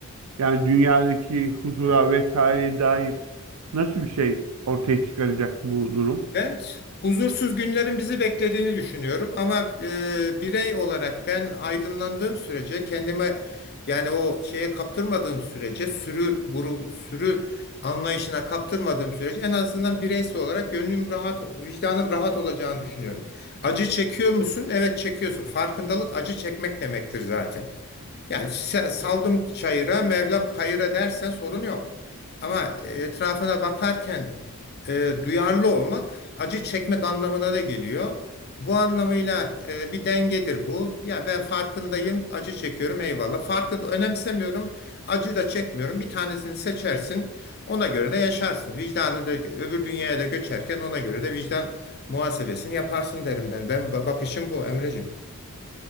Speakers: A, on the right; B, on the left.
A: yani dünyadaki huzura vesaireye dair nasıl bir şey ortaya çıkaracak bu durum?
B: Ben huzursuz günlerin bizi beklediğini düşünüyorum ama e, birey olarak ben aydınlandığım sürece kendime yani o şeye kaptırmadığım sürece sürü guru sürü anlayışına kaptırmadığım sürece en azından bireysel olarak gönlüm rahat, vicdanım rahat olacağını düşünüyorum. Acı çekiyor musun? Evet çekiyorsun. Farkındalık acı çekmek demektir zaten. Yani se- saldım çayıra, Mevlam kayıra dersen sorun yok. Ama e, etrafına bakarken e, duyarlı olmak acı çekmek anlamına da geliyor. Bu anlamıyla e, bir dengedir bu. Ya ben farkındayım, acı çekiyorum, eyvallah. Farkında önemsemiyorum, acı da çekmiyorum. Bir tanesini seçersin, ona göre de yaşarsın. Vicdanı da öbür dünyaya da göçerken ona göre de vicdan muhasebesini yaparsın derim ben. Ben bakışım bu Emreciğim.